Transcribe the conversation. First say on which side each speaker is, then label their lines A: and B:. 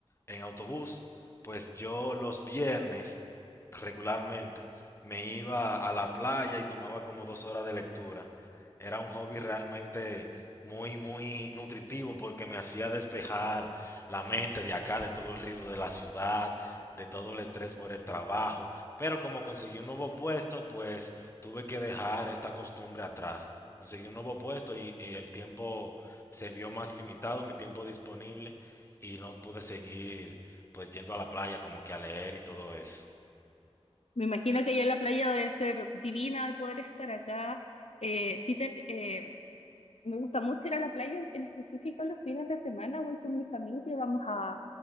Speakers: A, on the left (about 25°); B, on the left (about 75°).
A: en autobús, pues yo los viernes regularmente me iba a la playa y tomaba como dos horas de lectura. Era un hobby realmente muy, muy nutritivo porque me hacía despejar la mente de acá, de todo el ruido de la ciudad, de todo el estrés por el trabajo. Pero como conseguí un nuevo puesto, pues Tuve que dejar esta costumbre atrás. Conseguí un nuevo puesto y, y el tiempo se vio más limitado, mi tiempo disponible, y no pude seguir pues yendo a la playa como que a leer y todo eso.
B: Me imagino que allá en la playa debe ser divina al poder estar acá. Eh, sí te- eh, Me gusta mucho ir a la playa, en en específico los fines de semana voy con mi familia, vamos a,